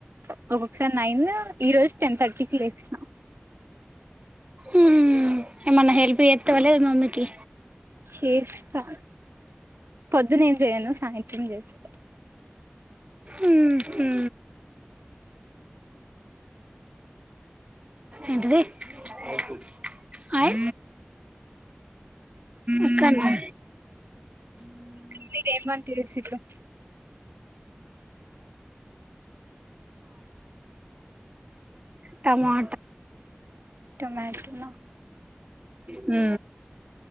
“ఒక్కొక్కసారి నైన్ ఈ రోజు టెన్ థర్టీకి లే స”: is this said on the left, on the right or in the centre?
Right